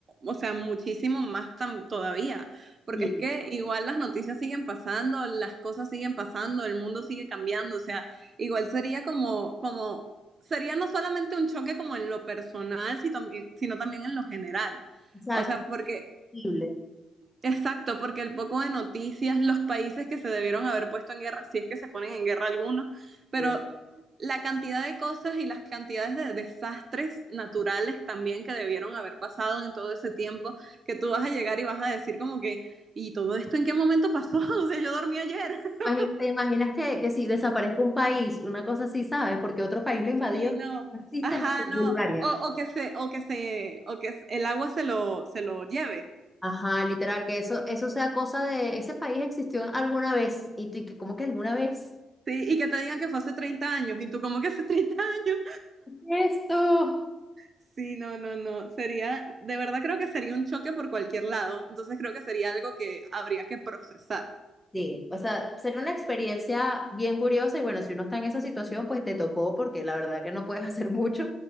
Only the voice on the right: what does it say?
o sea, muchísimo más tan, todavía, porque
es que igual las noticias siguen pasando, las cosas siguen pasando, el mundo sigue cambiando, o sea, igual sería como, como, sería no solamente un choque como en lo personal, si también- sino también en lo general.
O sea, porque
Exacto, porque el poco de noticias, los países que se debieron haber puesto en guerra, si es que se ponen en guerra algunos, pero
la cantidad de cosas y las cantidades de desastres naturales también que debieron haber pasado en todo ese tiempo, que tú vas a llegar y vas a decir como que, ¿y todo esto en qué momento pasó? <laughs> O sea, yo dormí ayer. <laughs>
Sí, no.
Ajá,
no.
O, o que se, o que se, o que el agua se lo, se lo lleve.
Sí, y que te digan que fue hace 30 años, y tú como que hace 30 años.
Sí, no, no, no. Sería, de verdad creo que sería un choque por cualquier lado. Entonces creo que sería algo que habría que procesar.